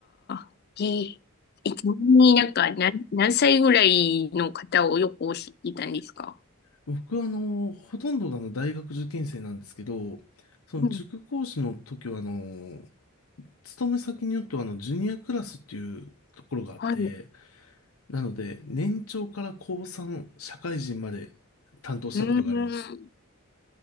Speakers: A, on the left; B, on the left.
A: あ、で、えちなみになんか何、何歳ぐらいの方をよく知っていたんですか
B: 僕はあのほとんどがあの大学受験生なんですけど、その塾講師の時はあの
A: うん、
B: 勤め先によっては、あの、ジュニアクラスっていうところがあって、
A: はい。う
B: なので、年長から高3、社会人まで担当したことがあります。
A: ーん。